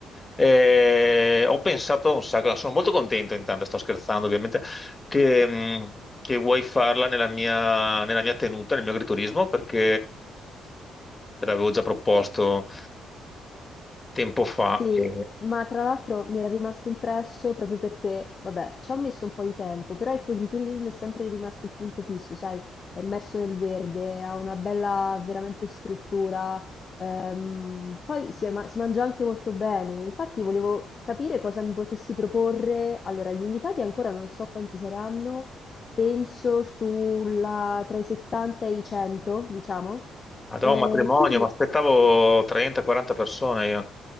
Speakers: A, on the left (about 25°); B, on the left (about 40°).
A: Eh, ho pensato un sacco, sono molto contento intanto, sto scherzando ovviamente, che, mh, che vuoi farla nella mia, nella mia tenuta, nel mio agriturismo, perché te l'avevo già proposto tempo fa.
B: Sì,
A: E...
B: ma tra l'altro mi era rimasto impresso proprio perché, vabbè, ci ho messo un po' di tempo, però il floriturismo è sempre rimasto il punto fisso, sai, è immerso nel verde, ha una bella veramente struttura, ehm, poi si, è ma- si mangia anche molto bene. Infatti volevo capire cosa mi potessi proporre. Allora, gli invitati ancora non so quanti saranno, penso sulla, tra i 70 e i 100, diciamo.
A: Madonna,
B: E
A: un matrimonio,
B: quindi
A: ma aspettavo 30-40 persone. io.